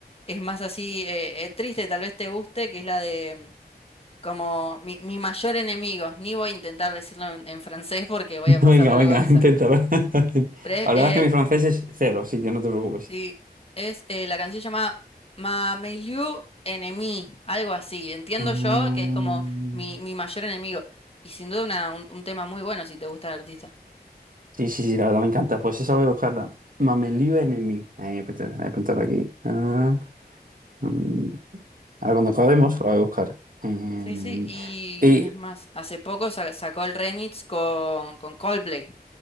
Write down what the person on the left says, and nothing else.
es más así eh, eh, triste, tal vez te guste, que es la de. mm, Como mi, mi mayor enemigo, ni voy a intentar decirlo en en francés porque voy a pasar
vergüenza.
Pero
Sí, es eh, la canción se llama Mameiliu Enemy, algo así. Entiendo
yo que es como mi, mi mayor enemigo. Y sin duda una- un, un tema muy bueno si te gusta el artista.
Ujú.
Sí, sí.
Sí, sí, y
es más, hace poco sa- sacó el remix con, con Coldplay.